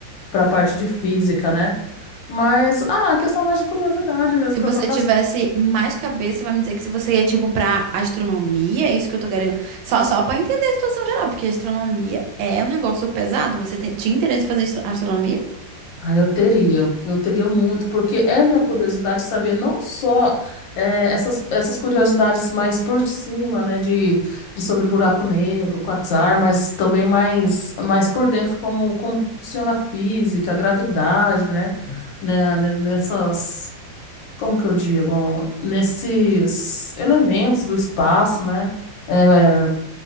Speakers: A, on the left (about 75°); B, on the right (about 85°).
A: para a parte de física, né? Mas ah, a questão é mais de curiosidade mesmo
B: Se
A: que
B: você
A: eu tô
B: tivesse mais cabeça, vai me dizer que se você ia, tipo, pra astronomia, é isso que eu tô querendo. Só, só pra entender a situação geral, porque astronomia é um negócio pesado. Você tem, tinha interesse em fazer astro- astronomia?
A: Ah, eu teria, eu teria muito, porque é minha curiosidade saber não só eh, essas, essas curiosidades mais por cima, né, de, de sobre buraco negro, quasar, mas também mais, mais por dentro como, como funciona a física, a gravidade, né, né, né, nessas, como que eu digo, nesses elementos do espaço, né, eh,